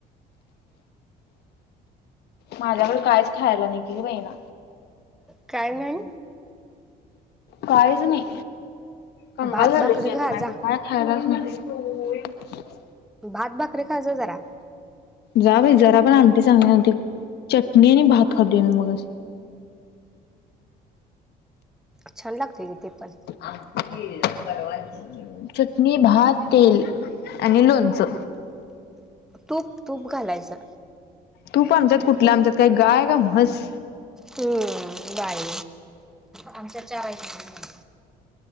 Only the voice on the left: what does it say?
माझ्या कडे काहीच खायला नाही की गं मैना.
काहीच नाही कंगाल
झालो
की माया
कडे काय नाय. खर ना <unintelligible>
जा बाई जरा पण आमटी चांगली नव्हती चटणी नी भात खाते मी मग
आमटी केली परवाच. चटणी, भात, तेल आणि लोणचं.
तूप आमच्यात कुठल् आमच्यात काही गाय का म्हस